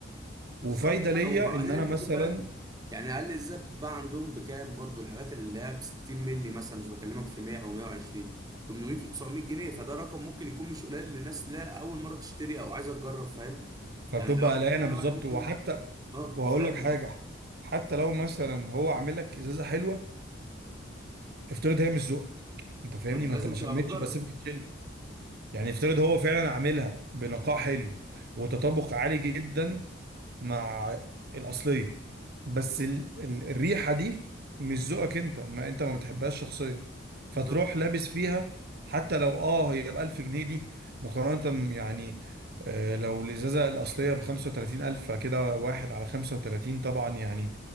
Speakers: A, on the right; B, on the right.
A: بالظبط
B: وفايده ليا
A: لا وبعدين
B: ان انا
A: انت
B: مثلا
A: خد بالك يعني اقل ازاي بتتباع عندهم بكام برضو الحاجات اللي هي ب 60 مللي مثلا مش بكلمك في 100 او 120 800 و900 جنيه فده رقم ممكن يكون مش قليل للناس لا اول مره تشتري او عايزه تجرب فاهم
B: فبتبقى
A: يعني لو
B: قلقانه
A: انا
B: بالظبط
A: واحد ممكن
B: وحتى
A: يقول اه
B: وهقول
A: فاهم
B: لك حاجه حتى لو مثلا هو عامل لك ازازه حلوه افترض هي مش ذوقك انت فاهمني
A: فانت
B: ما
A: لازم
B: انت ما
A: تبقى
B: شميتش
A: بتجرب
B: باسيفيك تشيل يعني افترض هو فعلا عاملها بنقاء حلو وتطابق عالي جدا مع الاصليه بس
A: مم.
B: ال ال الريحه دي مش ذوقك انت ما انت ما بتحبهاش شخصيا
A: بالظبط
B: فتروح لابس فيها حتى لو اه هي ب 1000 جنيه دي مقارنه ب- يعني آه لو الازازه الاصليه ب 35000 كده واحد على 35 طبعا يعني